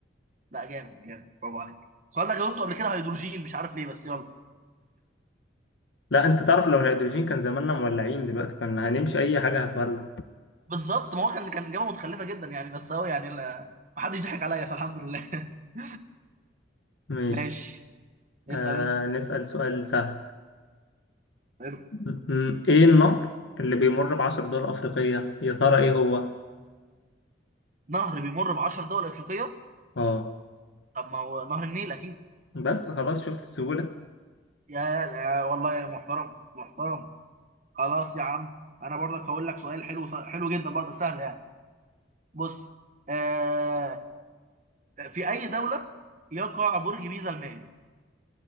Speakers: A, on the right; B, on the left.
A: لا جامد جامد برافو عليك السؤال ده جاوبته قبل كده هيدروجين مش عارف ليه بس يلا
B: لا انت تعرف لو الهيدروجين كان زماننا مولعين دلوقتي كنا هنمشي اي حاجة هتولع
A: بالظبط ما هو كان كان إجابة متخلفة جدا يعني بس هو يعني لا- ما حدش ضحك عليا فالحمد لله <laughs>
B: ماشي
A: ماشي اسأل
B: آه
A: أنت
B: نسأل سؤال سهل
A: حلو
B: م- م- ايه النهر اللي بيمر بعشر دول افريقية يا ترى ايه هو
A: نهر بيمر ب 10 دول أفريقية
B: اه
A: طب ما هو نهر النيل أكيد
B: بس خلاص شفت السهولة
A: يا, يا والله يا محترم محترم خلاص يا عم أنا برضك هقول لك سؤال حلو حلو جدا برضه سهل يعني بص آه في أي دولة يقع برج بيزا المائل